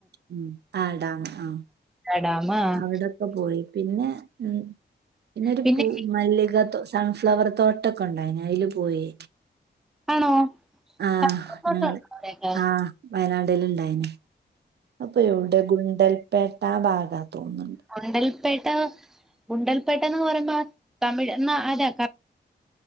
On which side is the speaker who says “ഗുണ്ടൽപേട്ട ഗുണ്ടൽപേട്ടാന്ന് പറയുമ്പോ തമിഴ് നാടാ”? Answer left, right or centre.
Centre